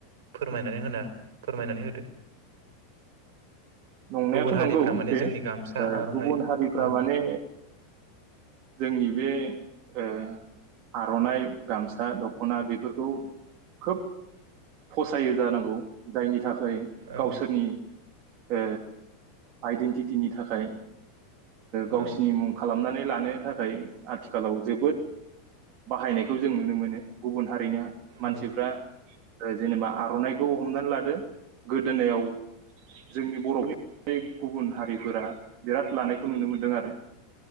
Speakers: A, on the right (about 65°); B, on the right (about 50°).
A: फोरमायनानै होना फोरमायनानै होदो।
B: नंनायाथ'
A: गुबुन हारिफ्रा
B: नंगौ
A: माने
B: बे
A: जोंनि गामसा आर'नाइ
B: गुबुन हारिफ्रा
A: औ
B: माने जोंनि बे ओ आर'नाइ गामसा दख'ना बेफोरखौ खोब फसायो जानांगौ जायनि थाखाय
A: औ
B: गावसोरनि ओ आइडेन्टिटिनि थाखाय गावसिनि
A: औ
B: मुं खालामनानै लानो थाखाय। आथिखालाव जोबोद बाहायनायखौ जों नुनो मोनो गुबुन हारिनि मानसिफ्रा
A: औ
B: ओ जेनेबा आर'नायखौ हमनानै लादो। गोदोनायाव जोंनि बर'नि गुबुन हारिफोरा बिराद लानायखौ नुनो मोनदों आरो